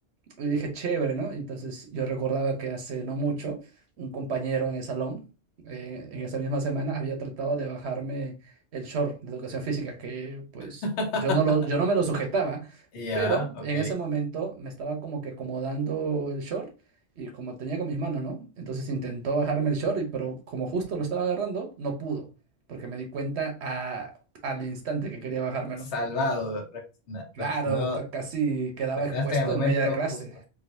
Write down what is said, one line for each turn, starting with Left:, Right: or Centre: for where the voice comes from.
Right: Y dije, chévere, ¿no? Y entonces yo recordaba que hace no mucho un compañero en el salón, eh, en esa misma semana, había tratado de bajarme el short de educación física, que pues
Left: <laughs>
Right: yo no lo, yo no me lo sujetaba,
Left: Ya,
Right: pero
Left: ok.
Right: en ese momento me estaba como que acomodando el short y como tenía con mis manos, ¿no? Entonces intentó bajarme el short, y, pero como justo lo estaba agarrando, no pudo, porque me di cuenta a- al instante que quería bajármelo.
Left: Salvado. Reacciona-
Right: Claro,
Left: reaccionó-
Right: t- casi quedaba
Left: reaccionaste
Right: expuesto
Left: en el momento
Right: en media clase.
Left: justo.